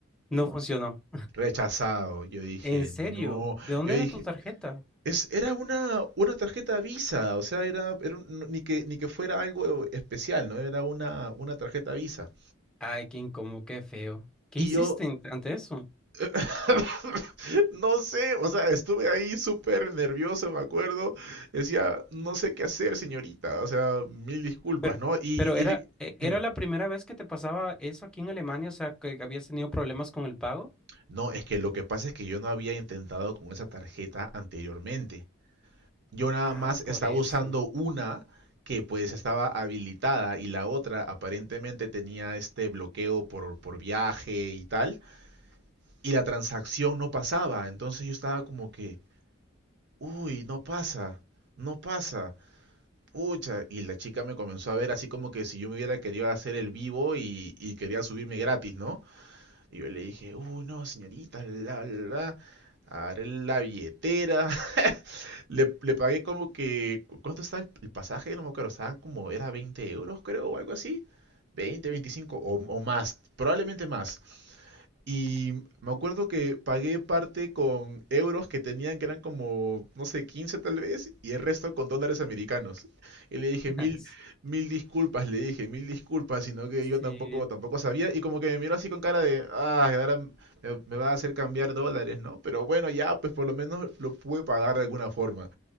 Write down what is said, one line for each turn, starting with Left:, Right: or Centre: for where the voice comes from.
Centre: no funcionó.
Right: rechazado. Yo dije,
Centre: ¿En serio?
Right: no,
Centre: ¿De dónde
Right: yo dije,
Centre: era tu tarjeta?
Right: Es, era una, una tarjeta Visa, o sea, era, era un- no- ni que, ni que fuera algo especial, ¿no? Era una, una tarjeta Visa.
Centre: Ay, qué incómodo, qué feo. ¿Qué
Right: Y
Centre: hiciste
Right: yo,
Centre: en- ante eso?
Right: <coughs> <laughs> no sé, o sea, estuve ahí súper nervioso, me acuerdo. Decía, no sé qué hacer, señorita, o sea, mil disculpas,
Centre: Pero,
Right: ¿no? Y,
Centre: pero era,
Right: y
Centre: e-
Right: dime,
Centre: ¿era la primera vez que te pasaba eso aquí en Alemania? O sea, que habías tenido problemas con el pago.
Right: no, es que lo que pasa es que yo no había intentado con esa tarjeta anteriormente. Yo nada
Centre: Ah,
Right: más
Centre: por
Right: estaba
Centre: eso.
Right: usando una que pues estaba habilitada y la otra aparentemente tenía este bloqueo por, por viaje y tal. Y la transacción no pasaba. Entonces yo estaba como que, uy, no pasa, no pasa. Pucha, y la chica me comenzó a ver así como que si yo me hubiera querido hacer el vivo y, y quería subirme gratis, ¿no? Y yo le dije, uy, no, señorita, la, la, la, agarré la billetera, Le, le pagué como que, ¿cu- ¿cuánto estaba el, el pasaje? No me acuerdo, estaban como, era 20 euros creo o algo así. 20, 25 o, o más, probablemente más. Y me acuerdo que pagué parte con euros que tenían, que eran como, no sé, 15 tal vez, y el resto con dólares americanos. Y le dije
Centre: <laughs>
Right: mil, mil disculpas, le dije mil disculpas, sino que
Centre: Sí,
Right: yo tampoco, tampoco sabía. Y como que me miró así con cara de, ah, ahora me, me va a hacer cambiar dólares, ¿no? Pero bueno, ya, pues por lo menos lo pude pagar de alguna forma.